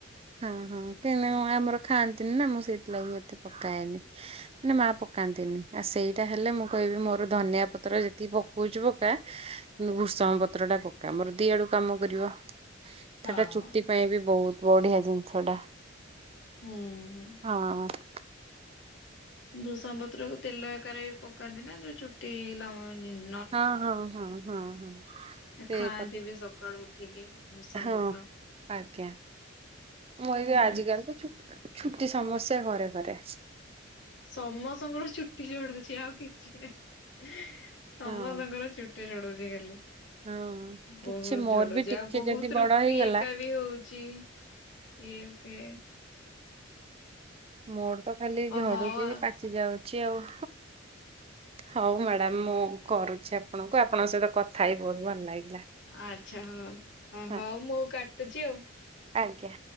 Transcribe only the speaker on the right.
ହଁ ହଁ କେହିଁ ଆମର ଖାଆନ୍ତିନି ନା ମୁଁ ସେଇଥିଲାଗି ଏତେ ପକାଏନି। ମନେ ମା ପକାନ୍ତିନି ଆଉ ସେଇଟା ହେଲେ ମୁଁ କହିବି ମୋର ଧନିଆ ପତ୍ର ଯେତିକି ପକଉଛି ପକା ଭୃଷଙ୍ଗା ପତ୍ର ଟା ପକ୍କା ମୋର ଦି ଆଡୁ କାମ କରିବ।
ସେଟା ଚୁଟି ପାଇଁ ବି ବହୁତ ବଢିଆ ଜିନିଷ ଟା।
ହଁ।
ହଁ ହଁ ହଁ ହଁ ହଁ। ସେ
ପ
ହଁ
ଆଜ୍ଞା। ମୁଇ ବି ଆଜିକାଲି
ତ ଛୁଟି ସମସ୍ୟା ଘରେ ଘରେ
ହଁ
ହଁ କିଛି
ମୋର
ବି ଟିକେ
ଯଦି ବଡ
ହେଇଗଲା
ମୋର ତ ଖାଲି
ଝଡୁଛି
ପା ଯାଉଛି ଆଉ ହଉ ମ୍ୟାଡାମ ମୁଁ କରୁଛି ଆପଣଙ୍କୁ ଆପଣଙ୍କ ସହିତ କଥା ହେଇ ବହୁତ ଭଲ ଲାଗିଲା।
ହଁ
ଆଜ୍ଞା।